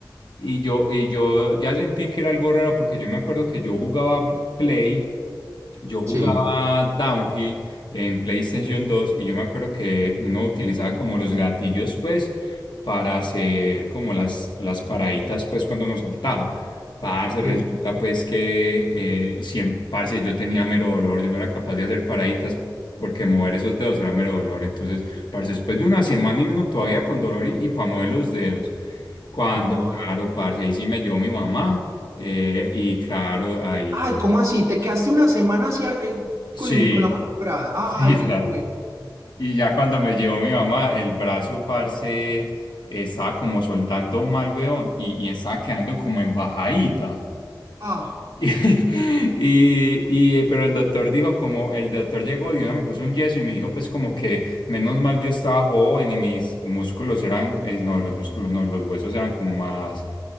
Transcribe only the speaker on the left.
Y yo, y yo ya sentí que era algo raro porque yo me acuerdo que yo jugaba Play. Yo jugaba
Downhill en PlayStation dos y yo me acuerdo que uno utilizaba como los gatillos, pues, para hacer como las, las paraditas, pues, cuando uno saltaba. Parce, resulta
pues que eh, siem- parce, yo tenía mero dolor, yo no era capaz de hacer paraditas porque mover esos dedos era mero dolor. Entonces, parce, después de una semana y uno todavía con dolor y, y para mover los dedos. Cuando,
claro, parce, ahí sí me llevó mi mamá eh, y claro, ahí
sí.
Sí, ya.
Y ya cuando me llevó mi mamá, el brazo, parce, eh, estaba como soltando mal, weón, y, y estaba quedando como embajadita.
<laughs> Y, y, eh, pero el doctor dijo como, el doctor llegó y una me puso un yeso y me dijo pues como que menos mal yo estaba joven y mis músculos eran, eh, no, los músculos no, los huesos eran como más